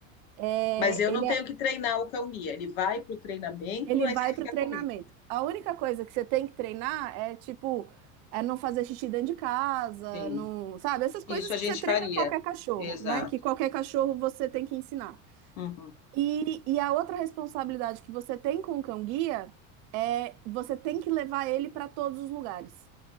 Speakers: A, on the right; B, on the left.
A: É,
B: Mas eu
A: ele,
B: não tenho
A: é-
B: que treinar o cão-guia. Ele vai para o treinamento,
A: ele
B: mas
A: vai
B: ele fica
A: para o treinamento.
B: comigo.
A: A única coisa que você tem que treinar é tipo, é não fazer xixi dentro de casa,
B: Sim.
A: não, sabe? Essas coisas
B: Isso a
A: que
B: gente
A: você treina
B: faria.
A: qualquer cachorro,
B: Exato.
A: né? Que qualquer cachorro você tem que ensinar.
B: Uhum.
A: E, e a outra responsabilidade que você tem com o cão-guia é você tem que levar ele para todos os lugares.